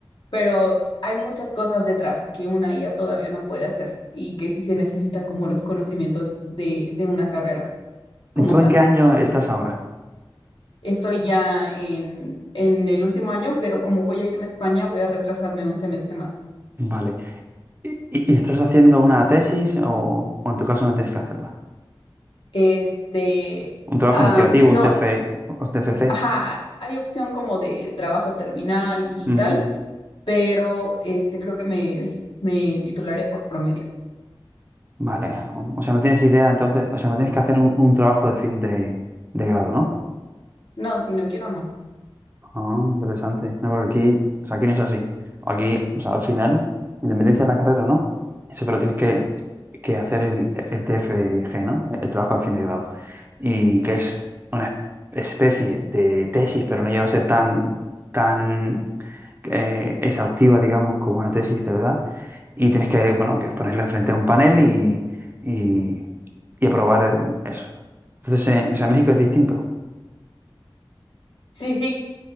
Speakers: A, on the left (about 65°); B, on the right (about 25°).
A: pero hay muchas cosas detrás que una IA todavía no puede hacer y que sí se necesita como los conocimientos de, de una carrera
B: ¿Y
A: como
B: tú
A: tal.
B: en qué año estás ahora?
A: Estoy ya en, en el último año, pero como voy a irme a España, voy a retrasarme un semestre más.
B: Vale. ¿Y, y- y estás haciendo una tesis o, o en tu caso no tienes que hacerla?
A: Este,
B: Un trabajo
A: ah,
B: investigativo,
A: no,
B: un TF, un TFC.
A: ajá, hay opción como de trabajo terminal y
B: Ujú.
A: tal, pero este creo que me, me titularé por promedio.
B: Vale. O o sea, no tienes idea, entonces, o sea, no tienes que hacer un, un trabajo de fin de, de grado, ¿no?
A: No, si no quiero, no.
B: Ah, interesante. No, porque aquí, o sea, aquí no es así. Aquí, o sea, al final, independencia de la carrera, ¿no? Eso, pero tienes que, que hacer el, el TFG, ¿no? El, el trabajo de fin de grado. Y que es una especie de tesis, pero no llega a ser tan, tan eh, exhaustiva, digamos, como una tesis de verdad. Y tienes que, bueno, que ponerle frente a un panel y, y, y aprobar eh, eso. Entonces, eh, o sea, en México es distinto.
A: Sí, sí,